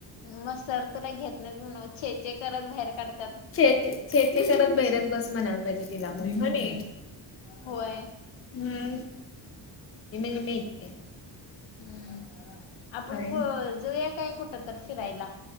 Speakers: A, on the left (about 80°); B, on the left (about 30°).
A: मग सर तुला घेत नाही म्हणन. छे छे करत बाहेर काढत
B: छे, छे छे करत बहिरच बस म्हणायला पाहिजे तिला. मगणे
A: होय
B: हम्म. इमेज मिळते.
A: हम्म. आपण
B: काय
A: जाऊया काय कुठं तर फिरायला.